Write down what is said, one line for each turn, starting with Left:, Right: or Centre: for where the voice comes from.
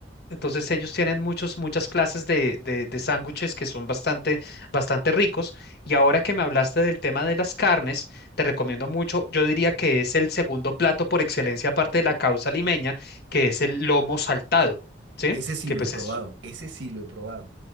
Left: entonces ellos tienen muchos, muchas clases de, de, de sándwiches que son bastante, bastante ricos. Y ahora que me hablaste del tema de las carnes, te recomiendo mucho, yo diría que es el segundo plato por excelencia aparte de la causa limeña, que es el lomo saltado, ¿sí?
Right: Ese sí
Left: Que
Right: lo
Left: pues
Right: he probado.
Left: es,
Right: Ese sí lo he probado.